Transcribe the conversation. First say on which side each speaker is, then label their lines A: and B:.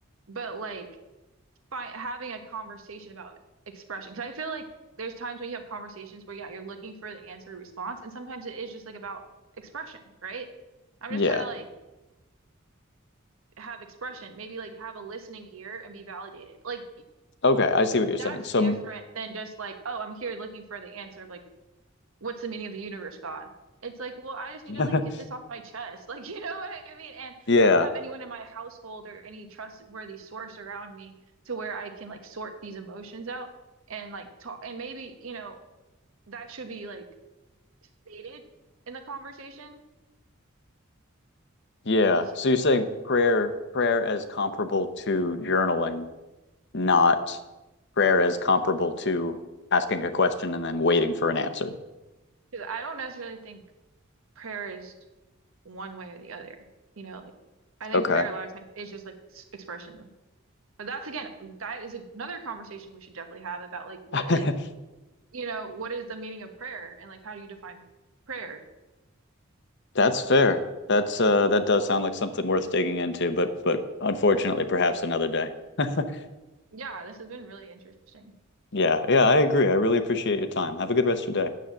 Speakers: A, on the right (about 75°); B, on the left (about 55°).
A: but like find having a conversation about expression because I feel like there's times when you have conversations where yeah you're looking for the answer or response and sometimes it is just like about expression right I'm
B: Yeah.
A: just trying to like have expression maybe like have a listening ear and be validated like
B: Okay, I see what you're
A: that's
B: saying. So
A: different than just like oh I'm here looking for the answer of like what's the meaning of the universe, God? It's like, well, I just
B: <laughs>
A: need to like get this off my chest. <laughs> Like, you know what I mean? And
B: yeah,
A: I don't have anyone in my household or any trustworthy source around me to where I can like sort these emotions out and like talk. And maybe, you know, that should be like stated in the conversation.
B: yeah.
A: Do you see
B: So
A: what
B: you're
A: I'm?
B: saying prayer prayer as comparable to journaling not prayer as comparable to asking a question and then waiting for an answer.
A: Because I don't necessarily think prayer is one way or the other. You know, like I think
B: Okay.
A: prayer a lot of times is just like s- expression. But that's again, that is another conversation we should definitely have about like what
B: <laughs>
A: is you know, what is the meaning of prayer and like how do you define prayer?
B: That's fair. That's uh that does sound like something worth digging into, but but unfortunately perhaps another day. <laughs>
A: Yeah, this has been really interesting.
B: Yeah, yeah, I agree. I really appreciate your time. Have a good rest of your day.